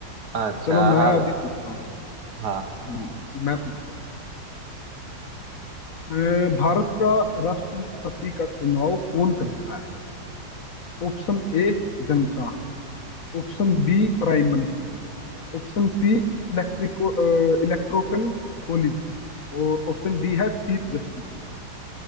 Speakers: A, on the right; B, on the left.
A: अच्छा
B: चलो मैं
A: हाँ
B: अभी पूछता हूँ
A: हाँ
B: हम्म, मैं पूछता हूँ अ, भारत का राष्ट्रपति का चुनाव कौन करता है ऑप्शन ए जनता option B prime minister option C इलेक्ट्रिको इलेक्ट्रोकल कॉलेज और ऑप्शन डी है चीफ जस्टिस